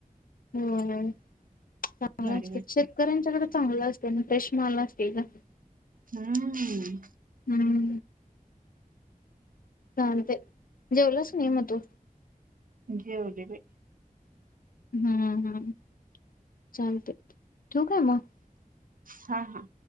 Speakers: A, on the left; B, on the right.
A: होय, चांगला
B: भारी
A: आस्त्यात
B: वाटतंय
A: शेत कराच्याकडे चांगल असतय, आनी फ्रेश माल असतय ग.
B: हम्म
A: हम्म चालतय, जेवलास नाही मग तू?
B: जेवले बाई.
A: हम्म हम्म, चालतय, ठीवु काय मग.
B: हा हा